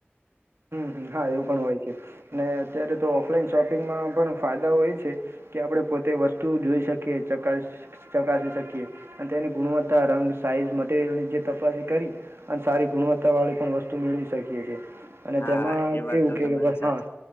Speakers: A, on the right; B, on the left.
A: હમ્મ હમ્મ, હા, એવું પણ હોય છે. ને, અત્યારે તો ઓફલાઈન શોપિંગમાં, પણ ફાયદાઓ એ છે, કે આપણે પોતે વસ્તુ જોઈ શકીએ <inaudible> ચકાસી શકીએ, અન તેની ગુણવત્તા, રંગ, સાઇઝ, મટીરિયલની જે તપાસ કરી અ સારી ગુણવત્તા વાળી પણ વસ્તુ મેળવી શકીએ છીએ. અને તેમાં,
B: હા એ વાત
A: કેવું
B: તો
A: કે,
B: તમારી સાચી
A: હા,